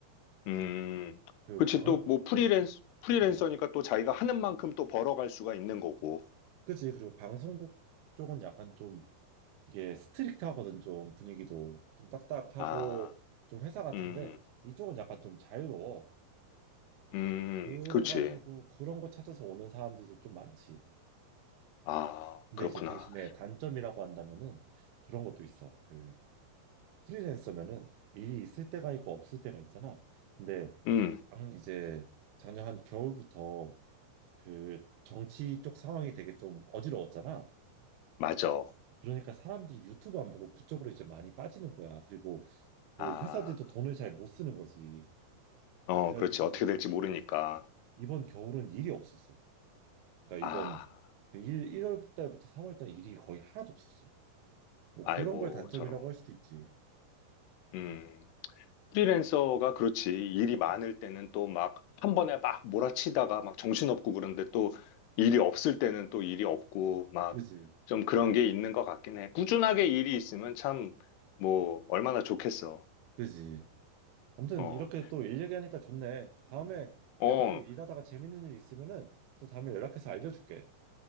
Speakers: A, on the left; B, on the right.
A: 음,
B: 그
A: 그렇지.
B: 방,
A: 또 뭐 프리랜서, 프리랜서니까
B: 어,
A: 또 자기가 하는 만큼 또 벌어갈 수가 있는 거고.
B: 그지? 그리고 방송국 쪽은 약간 좀 이게 스트릭트하거든 좀 분위기도 좀 딱딱하고
A: 아,
B: 좀 회사 같은데
A: 음,
B: 이쪽은 약간 좀 자유로워.
A: 음,
B: 그래가지고
A: 그렇지.
B: 그런 거 찾아서 오는 사람들도 좀 많지.
A: 아,
B: 근데
A: 그렇구나.
B: 이제 대신에 단점이라고 한다면은 그런 것도 있어. 그 프리랜서면은 일이 있을 때가 있고 없을 때가 있잖아. 근데
A: 음,
B: 작- 이제 작년 한 겨울부터 그 정치 쪽 상황이 되게 좀 어지러웠잖아.
A: 맞아.
B: 그러니까 사람들이 유튜브 안 보고 그쪽으로 이제 많이 빠지는 거야. 그리고 그
A: 아,
B: 회사들도 돈을 잘 못 쓰는 거지.
A: 어,
B: 그래가지고
A: 그렇지. 어떻게 될지 모르니까.
B: 이번 겨울은 일이 없었어. 그러니까
A: 아,
B: 이번 그 일, 1월 달부터 3월 달 일이 거의 하나도 없었어. 뭐
A: 아이고,
B: 그런 걸 단점이라고
A: 저런.
B: 할 수도 있지.
A: 음 프리랜서가 그렇지. 일이 많을
B: 음,
A: 때는 또 막 한 번에 막 몰아치다가 막 정신없고 그런데 또 일이 없을 때는 또 일이 없고 막
B: 그지.
A: 좀 그런 게 있는 것 같긴 해. 꾸준하게 일이 있으면 참 뭐 얼마나 좋겠어.
B: 그지. 아무튼
A: 어,
B: 이렇게 또 일 얘기하니까 좋네. 다음에
A: 어,
B: 내가 또 일하다가 재밌는 일 있으면은 또 다음에 연락해서 알려줄게.